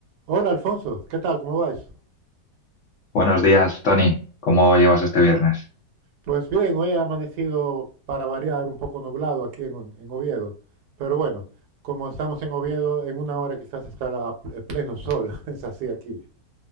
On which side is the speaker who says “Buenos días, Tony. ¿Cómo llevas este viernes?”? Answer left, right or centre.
Left